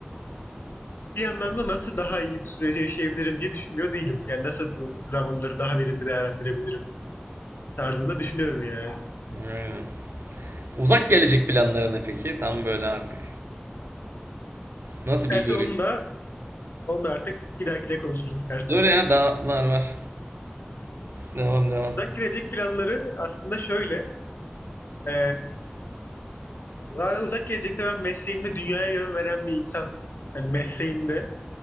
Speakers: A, on the left; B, on the right.
A: bir yandan da nasıl daha iyi bu süreci yaşayabilirim diye düşünmüyor değilim. Yani nasıl bu zamanları daha verimli değerlendirebilirim tarzında düşünüyorum yani.
B: Aynen. Uzak gelecek planları ne peki? Tam böyle artık Nasıl
A: İstersen
B: bir görüyor?
A: onu da onu da artık bir dahakine konuşuruz istersen.
B: Dur ya daha var var. Devam devam.
A: Uzak gelecek planları aslında şöyle. Ee, Yani uzak gelecekte ben mesleğimde dünyaya yön veren bir insan. Hani mesleğimde